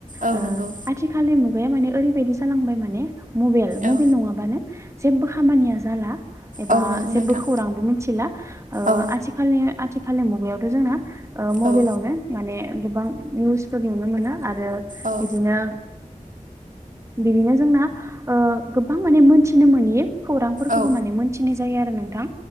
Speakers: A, on the right (about 75°); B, on the right (about 20°).
A: औ
B: ओ
A: नंगौ
B: आथिखाल मुगाया माने ओरैबायदि जालांबाय माने मबेइल मबेइल
A: औ
B: नङाबानो जेबो खामानिया जाला। एबा
A: औ नंगौ
B: जेबो
A: नोंथां
B: खौरांबो मिथिला ओ
A: औ
B: आथिखालि आथि खालि मुगायावथ' जोंना मबेलावनो
A: औ
B: माने गोबां निउसफोर नुनो मोनो आरो ओ
A: औ
B: बिदिनो बिनिनो जोंना ओ गोबां माने मोनथिनो मोनि खौरांफोरखौबो
A: औ
B: माने मोनथिनाय जायो आरो नोंथां